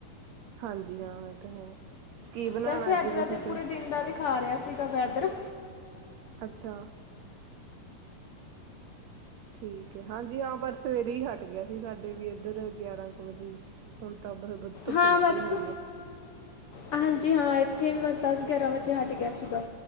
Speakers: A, on the right; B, on the left.
A: ਹਾਂਜੀ, ਹਾਂ ਇਹ ਤਾਂ ਹੈ। ਕੀ ਬਣਾਉਣਾ
B: ਵੈਸੇ, ਅੱਜ ਦਾ
A: ਤੁਸੀਂ
B: ਤੇ
A: ਫਿਰ
B: ਪੂਰੇ ਦਿਨ ਦਾ ਦਿਖਾ ਰਿਹਾ ਸੀਗਾ ਵੈਦਰ
A: ਅੱਛਾ। ਠੀਕ ਹੈ, ਹਾਂਜੀ, ਹਾਂ, ਪਰ ਸਵੇਰੇ ਹੀ ਹਟ ਗਿਆ ਸੀ। ਸਾਡੇ ਵੀ ਇੱਧਰ ਗਿਆਰਾਂ ਕੁ ਵਜੇ। <unintelligible>
B: ਹਾਂ ਬਸ,
A: ਹੋਈ ਹੈ
B: ਹਾਂਜੀ, ਹਾਂ ਇੱਥੇ ਵੀ ਬਸ ਦਸ, ਗਿਆਰਾਂ ਵਜੇ, ਹਟ ਗਿਆ ਸੀਗਾ।